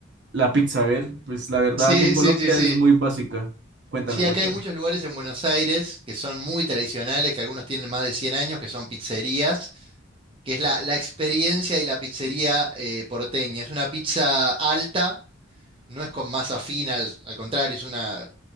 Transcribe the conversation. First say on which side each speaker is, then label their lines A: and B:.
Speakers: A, on the right; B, on the right.
A: la pizza, a ver, pues la verdad
B: Sí,
A: aquí en Colombia
B: sí, sí, sí.
A: es muy básica. Cuéntame,
B: Sí,
A: cuéntame.
B: acá hay muchos lugares en Buenos Aires que son muy tradicionales, que algunos tienen más de 100 años, que son pizzerías, que es la, la experiencia y la pizzería eh, porteña. Es una pizza alta, no es con masa fina, al, al contrario, es una